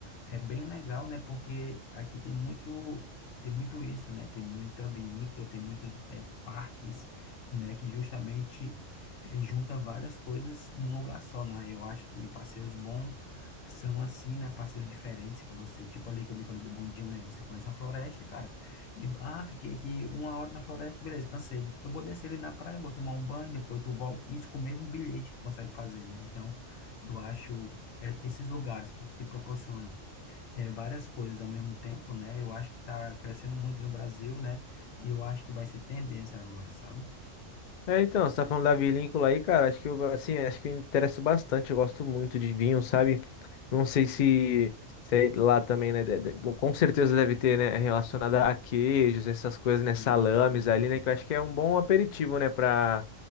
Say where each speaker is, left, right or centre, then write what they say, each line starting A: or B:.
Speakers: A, on the left; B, on the left.
A: é bem legal, né? Porque aqui tem muito. Tem muito isso, né? Tem muita vinícola, tem muitos eh, parques, né? Que justamente é, junta várias coisas num lugar só, né? Eu acho que passeios bons são assim, né? Passeios diferentes que você, tipo ali que eu lhe falei do bondinho, né? Você conhece a floresta, cara. E ah, fiquei aqui uma hora na floresta, beleza, cansei. Eu vou descer ali na praia, vou tomar um banho, depois tu volta. Isso com o mesmo bilhete tu consegue fazer, né? Então, eu acho que é- esses lugares que, que proporcionam é, várias coisas ao mesmo tempo, né? Eu acho que tá crescendo muito no Brasil, né? E eu acho que vai ser tendência agora, sabe?
B: É, então, você tá falando da vinícola aí, cara, acho que eu, assim, acho que eu me interessa bastante, eu gosto muito de vinho, sabe? Não sei se, se aí lá também, né, de- de- bom, com certeza deve ter, né, relacionada a queijos, essas coisas,
A: Sim,
B: né, salames
A: sim,
B: ali,
A: entendi.
B: né, que eu acho que é um bom aperitivo, né, pra,